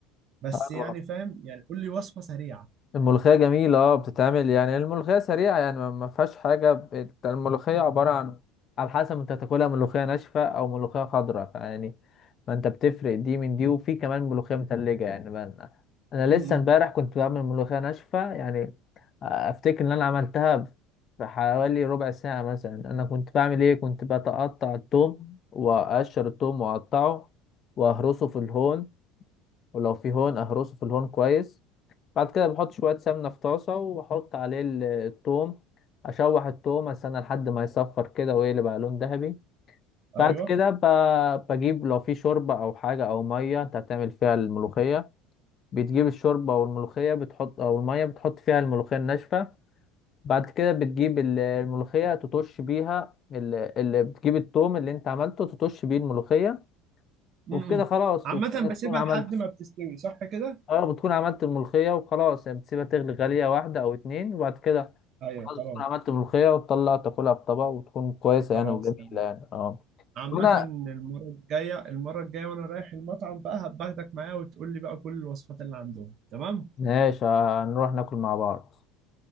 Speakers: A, on the right; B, on the left.
A: بس
B: اه
A: يعني فاهم يعني قول لي وصفة سريعة
B: الملوخية جميلة اه بتتعمل يعني الملوخية سريعة يعني ما ما فيهاش حاجة بت- الملوخية عبارة عن على حسب انت تاكلها ملوخية ناشفة او ملوخية خضراء فيعني ما انت بتفرق دي من دي وفي كمان ملوخية متلجة يعني بقى انا أنا
A: امم
B: لسه امبارح كنت بعمل ملوخية ناشفة يعني آه، افتكر ان انا عملتها في حوالي ربع ساعة مثلا انا كنت بعمل ايه كنت بتقطع الثوم واقشر الثوم واقطعه واهرسه في الهون ولو في هون اهرسه في الهون كويس بعد كده بحط شوية سمنة في طاسة وأحط عليه ال- التوم أشوح التوم أستنى لحد ما يصفر كده ويقلب على لون ذهبي
A: ايوه
B: بعد كده ب- بجيب لو في شوربة أو حاجة أو مية أنت هتعمل فيها الملوخية بتجيب الشوربة أو الملوخية بتحط أو المية بتحط فيها الملوخية الناشفة بعد كده بتجيب ال- الملوخية تطش بيها اللي بتجيب التوم اللي أنت عملته تطش بيه الملوخية وبكده
A: امم
B: خلاص
A: عامة
B: وبكده تكون
A: بسيبها
B: عملت
A: لحد ما بتستوي صح كده
B: اه بتكون عملت الملوخية وخلاص يعني بتسيبها تغلي غلية واحدة أو اتنين وبعد كده
A: ايوه
B: خلاص
A: خلاص
B: بتكون عملت ملوخية وتطلع تاكلها بطبق وتكون كويسة
A: خلاص
B: يعني وجميلة
A: تمام
B: يعني اه
A: عامة
B: وانا
A: المرة الجاية المرة الجاية وانا رايح المطعم بقى هباخدك معايا وتقول لي بقى كل الوصفات اللي عندهم تمام
B: ماشي هنروح ناكل مع بعض